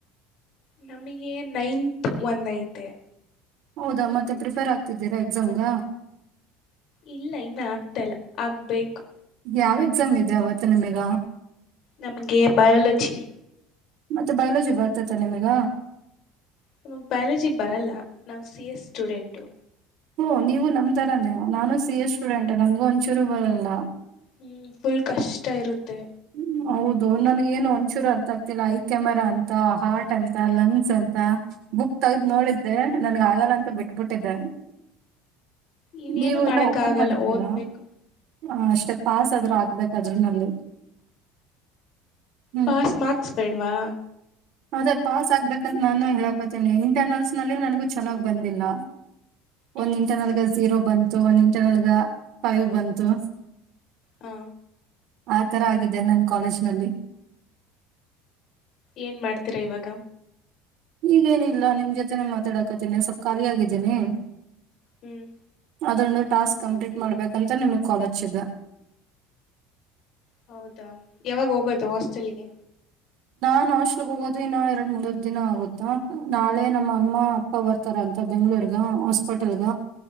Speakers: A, on the left; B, on the right.
A: ನಮಗೆ ನೈನ್ತ್ ಒಂದಐತೆ
B: ಹೌದಾ ಮತ್ತೆ ಪ್ರಿಫರ್ ಆಗ್ತಿದ್ದೀರಾ ಎಕ್ಸಾಮ್ಗ
A: ಇಲ್ಲ ಇನ್ನ ಆಗ್ತಲ್ಲ ಆಗ್ಬೇಕು
B: ಯಾವ್ ಎಕ್ಸಾಮ್ ಇದೆ ಅವವತ್ತು ನಿಮಗ
A: ನಮ್ಗೆ ಬಯಾಲಜಿ
B: ಮತ್ತೆ ಬಯಲಜಿ ಬರ್ತತ ನಿಮ್ಗ
A: ನಮಗ್ ಬಯಾಲಜಿ ಬರಲ್ಲ ನಾವು ಸಿ ಎಸ್ ಸ್ಟೂಡೆಂಟು
B: ಹ ನೀವು ನಮ್ತರಾನೇ ನಾನು ಸಿ ಎ ಸ್ಟೂಡೆಂಟ್ ನನ್ಗೂ ಒಂಚೂರು ಬರಲ್ಲ
A: ಹ್ಮ್ ಫುಲ್ ಕಷ್ಟ ಇರುತ್ತೆ
B: ಹ್ಮ್ ಹೌದು ನನ್ಗ ಏನು ಒಂಚೂರು ಅರ್ಥ ಆಗ್ತಿಲ್ಲ ಐ ಕ್ಯಾಮರಾ ಅಂತ ಹಾರ್ಟ್ ಅಂತ ಲಂಗ್ಸ್ ಅಂತ ಬುಕ್ ತಗ್ದ್
A: ಹ್ಮ್
B: ನೋಡಿದ್ದೆ ನನ್ಗ ಆಗಲ್ಲ ಅಂತ ಬಿಟ್ಬಿಟ್ಟಿದ್ದೆ
A: ಇನ್ನೇನು
B: ನೀವು
A: ಮಾಡಕ್
B: ಇನ್ನ ಓಪನ್
A: ಆಗಲ್ಲ
B: ಮಾಡಿದ್ರಲ್ಲ
A: ಓದ್ಬೇಕು
B: ಹ ಅಷ್ಟೆ ಪಾಸ್ ಆದ್ರ
A: ಹ್ಮ್
B: ಆಗ್ಬೇಕಾದ್ರೂ ನಲ್ಲಿ ಹ್ಮ್
A: ಪಾಸ್ ಮಾರ್ಕ್ಸ್ ಬೇಡ್ವಾ
B: ಅದೇ ಪಾಸ್ ಆಗ್ಬೇಕಂತ ನಾನು ಹೇಳಕೊತೇನಿ ಇಂಟರ್ನಲ್ಸ್ ನಲ್ಲಿ ನನಗೂ ಚೆನ್ನಾಗ್ ಬಂದಿಲ್ಲ
A: ಹ್ಮ್
B: ಒಂದ್ ಇಂಟರ್ನಲ್ಗ ಜಝೀರೋ ಬಂತು ಒಂದ್ ಇಂಟರ್ನಲ್ಗ ಫೈವ್ ಬಂತು
A: ಹಾ
B: ಆತರ ಆಗಿದ್ದ ನನ್ ಕಾಲೇಜ್ ನಲ್ಲಿ
A: ಏನ್ ಮಾಡ್ತೀರಾ ಇವಾಗ
B: ಈಗೇನಿಲ್ಲ ನಿಮ್ ಜೊತೆನೆ ಮಾತಾಡಕತೀನಿ ಸ್ವಲ್ಪ ಖಾಲಿ ಆಗಿದ್ದೀನಿ
A: ಹ್ಮ್
B: ಅದೊಂದು ಟಾಸ್ಕ್ ಕಂಪ್ಲೀಟ್ ಮಾಡ್ಬೇಕಂತ ನಿಮಗ್ ಕಾಲಚದ್ದ
A: ಹೌದಾ ಯಾವಾಗ ಹೋಗೋದು ಹಾಸ್ಟೆಲ್ಗೆ
B: ನ ಹಾಸ್ಟ್ಲ್ ಹೋಗೋದು ಇನ್ನು ಎರಡ್ ಮೂರುರ್ ದಿನ ಆಗುತ್ತಾ ನಾಳೆ ನಮ್ಮ ಅಮ್ಮ ಅಪ್ಪ ಬರ್ತಾರ ಅಂತ ಬೆಂಗ್ಗಳೂರ್ ಹಾಸ್ಪಿಟಲ್ಗ